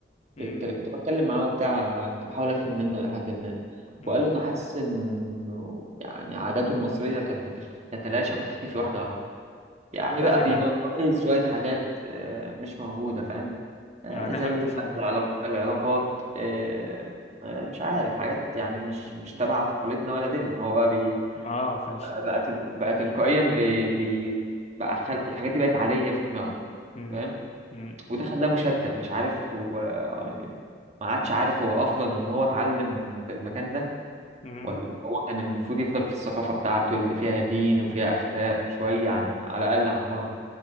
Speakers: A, on the left; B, on the right.
A: م-
B: كان- كنت بتكلم معاه وبتاع كنت بحاول افهم منه لحد ما
A: م.
B: وقال له انه حاسس انه يعني عاداته المصرية كانت بتخ- بتتلاشى وبتختفي واحدة واحدة يعني
A: ده
B: بقى
A: هي
B: بينورماليز شوية حاجات آه، مش موجودة فاهم آه،
A: يعني
B: زي
A: حاجات
B: بقى
A: مش موجودة
B: العلاق- العلاقات آه، آه، مش عارف حاجات يعني مش مش تبع
A: في...
B: تقاليدنا ولا ديننا هو بقى بي
A: آه فنش
B: بقت تلك... بقى تلقائيا بي... بي... بقى خل... الحاجات دي بقت عادية في دماغه
A: م-
B: فاهم
A: م-
B: وده خلاه مشتت مش عارف هو يعني ما عادش عارف هو أفضل إن هو اتعلم في المكان ده
A: م-
B: ولا هو كان المفروض يفضل في الثقافة بتاعته اللي فيها دين وفيها أخلاق شوية عن على الأقل عن بره